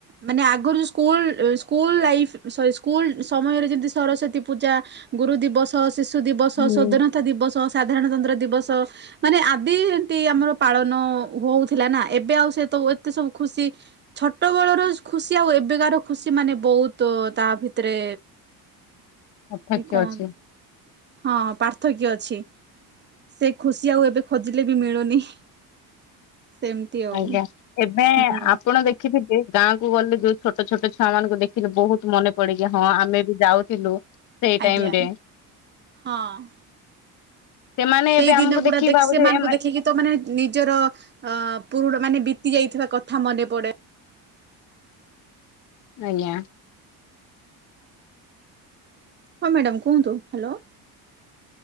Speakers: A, on the right (about 30°); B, on the left (about 50°).
A: ମାନେ ଆଗରୁ ଯେଉଁ school school life sorry school ସମୟରେ ଯେମିତି ସରସ୍ୱତୀ ପୂଜା ଗୁରୁ ଦିବସ ଶିଶୁ ଦିବସ
B: ହୁଁ
A: ସଵାଧୀନତା ଦିବସ ସାଧାରଣତନ୍ତ୍ର ଦିବସ ମାନେ ଆଦି ଆମର ପାଳନ ହଉଥିଲା ନା, ଏବେ ଆଉ ସେ ତ ଏତେ ସବୁ ଖୁସି ଛୋଟ ବଳର ଖୁସି ଆଉ ଏବେକାର ଖୁସି ମାନେ ବହୁତ ତା ଭିତରେ
B: ପାର୍ଥକ୍ୟ
A: କମ୍।
B: ଅଛି
A: ହଁ ପାର୍ଥକ୍ୟ ଅଛି, ସେ ଖୁସି ଆଉ ଏବେ ଖୋଜିଲେ ବି ବି ମିଳୁନି। ସେମିତି ଆଉ
B: ଆଜ୍ଞା ଏବେ
A: ହୁଁ
B: ଆପଣ ଦେଖିଥେ ଯେ ଗାଁକୁ ଗଲେ ଯୋଉ ଛୋଟ ଛୋଟ ଛୁଆ ମାନଙ୍କୁ ଦେଖ ରେ ବୋହୁତ ମନେ ପଡକି ହଁ ଆମେ ବି ଯାଉଥିଲୁ। ସେଇ
A: ଆଜ୍ଞା
B: ଟାଇମ ରେ
A: ହଁ।
B: ସେମାନେ
A: ସେଇ
B: ଏବେ
A: ଦିନ
B: ଆମକୁ
A: ଗୁଡା
B: ଦେଖିକି
A: ଦେଖି
B: ଭାବୁଥିବେ
A: ସେମାନଙ୍କୁ
B: ଏମାନେ
A: ଦେଖିକି ତ ମାନେ ନିଜର ଅ ପୁରୁଣା ମାନେ ବିତି ଯାଇଥିବା କଥା ମନେ ପଡେ।
B: ଆଜ୍ଞା।
A: ହଁ ମ୍ୟାଡ଼ାାମ କୁହନ୍ତୁ ହ୍ୟାଲୋ?